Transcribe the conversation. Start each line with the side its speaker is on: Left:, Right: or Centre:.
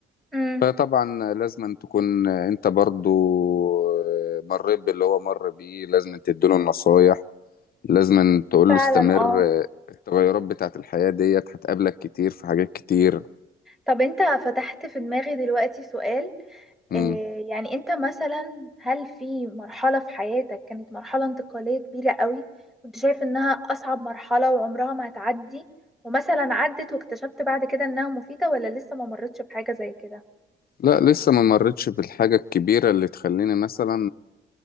Centre: امم
Left: فطبعا لازم أن تكون انت برضو آه، مريت باللي هو مر بيه لازم أن تديله النصايح لازم أن تقول
Centre: فعلا
Left: له استمر
Centre: اه
Left: التغيرات بتاعت الحياة ديت هتقابلك كتير في حاجات كتير
Centre: طب انت فتحت في دماغي دلوقتي سؤال
Left: مم.
Centre: آه، يعني انت مثلا هل في مرحلة في حياتك كانت مرحلة انتقالية كبيرة قوي كنت شايف انها اصعب مرحلة وعمرها ما هتعدي ومثلا عدت واكتشفت بعد كده انها مفيدة ولا لسه ما مرتش بحاجة زي كده
Left: لا لسه ما مرتش بالحاجة الكبيرة اللي تخليني مثلا